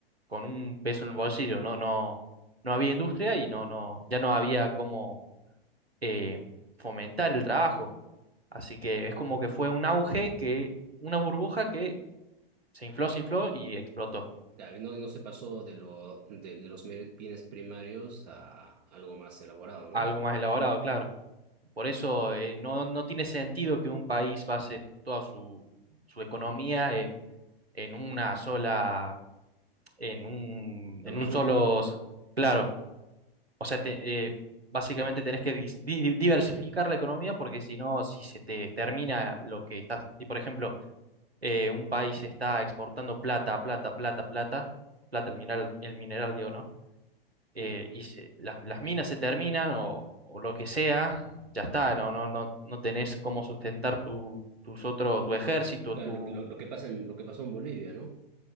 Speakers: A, on the right; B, on the right.
A: con un peso en el bolsillo, no, no, no había industria y no, no, ya no había cómo eh, fomentar el trabajo. Así que es como que fue un auge que, una burbuja que se infló, se infló y explotó.
B: Claro, y no, y no se pasó de, lo, de, de los me- bienes primarios a algo más elaborado, ¿no?
A: Algo más elaborado, claro. Por eso eh, no, no tiene sentido que un país base toda su, su economía en, en una sola, en un,
B: Solo
A: en un
B: rubro.
A: solo, claro. O sea, te- eh, básicamente tenés que dis- di- diversificar la economía porque si no, si se te termina lo que estás, y por ejemplo, eh, un país está exportando plata, plata, plata, plata, plata, el mineral, el mineral, digo, ¿no? Eh,
B: Mm,
A: y se- las, las minas se terminan o, o lo que sea, ya está, no, no, no, no tenés cómo sustentar tu, tus otro, tu ejército,
B: Claro, claro
A: tu...
B: lo, que- lo, lo que pasa en, lo que pasó en Bolivia, ¿no?